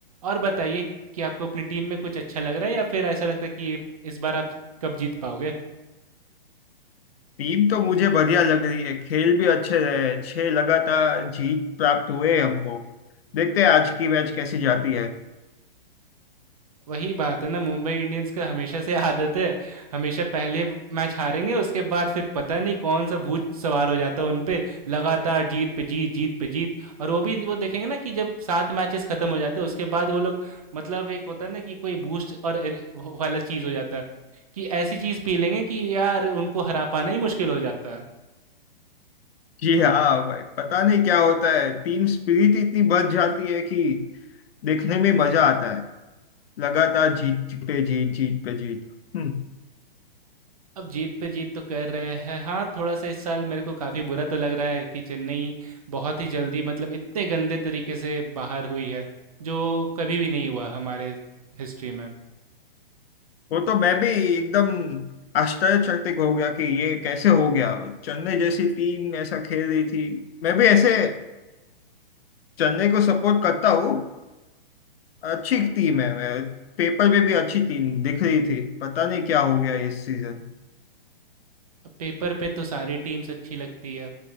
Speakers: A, on the right; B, on the left.
A: और बताइए कि आपको अपनी टीम में कुछ अच्छा लग रहा है या फिर ऐसा लगता है कि इस बार आप कब जीत पाओगे
B: टीम तो मुझे बढ़िया लग रही है खेल भी अच्छे रहे छह लगातार जीत प्राप्त हुए हमको देखते हैं आज की मैच कैसी जाती है
A: वही बात है ना मुंबई इंडियंस का हमेशा से <laughs> आदत है हमेशा पहले ब- मैच हारेंगे उसके बाद फिर पता नहीं कौन सा भूत सवार हो जाता है उन पे लगातार जीत पे जीत जीत पे जीत और वो भी वो देखेंगे ना कि जब सात मैचेस खत्म हो जाते हैं उसके बाद वो लोग मतलब एक होता है ना कि कोई बूस्ट और ए- वो वाला चीज हो जाता है कि ऐसी चीज पी लेंगे कि यार उनको हरा पाना ही मुश्किल हो जाता है
B: जी हाँ भाई पता नहीं क्या होता है टीम स्पिरिट इतनी बढ़ जाती है कि देखने में मजा आता है लगातार जीत पे जीत जीत पे जीत हम्म।
A: अब जीत पे जीत तो कर रहे हैं हाँ थोड़ा सा इस साल मेरे को काफ़ी बुरा तो लग रहा है कि चेन्नई बहुत ही जल्दी मतलब इतने गंदे तरीके से बाहर हुई है जो कभी भी नहीं हुआ हमारे हिस्ट्री में
B: वो तो मैं भी एकदम आश्चर्यचकित हो गया कि ये कैसे हो गया चेन्नई जैसी टीम ऐसा खेल रही थी मैं भी ऐसे चेन्नई को सपोर्ट करता हूँ अच्छी टीम है मैं पेपर में भी अच्छी टीम दिख रही थी पता नहीं क्या हो गया इस सीजन
A: अब पेपर पे तो सारी टीम्स अच्छी लगती है